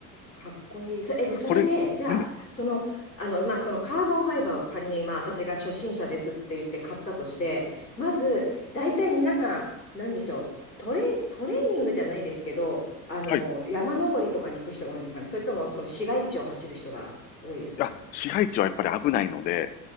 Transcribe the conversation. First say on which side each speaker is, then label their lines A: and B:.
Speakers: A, on the left; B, on the left.
A: かっこいい。そ、え、で、それで、
B: これ、
A: じゃあ、
B: うん、
A: その、あの、まあ、そのカーボンファイバーを仮に、まあ、私が初心者ですって言って買ったとして、まず、大体皆さん、なんでしょう、トレ、トレーニングじゃないですけど、あの、
B: はい。
A: 山登りとかに行く人が多いんですかね、それとも、その市街地を走る人が多いですかね。
B: あ、市街地はやっぱり危ないので、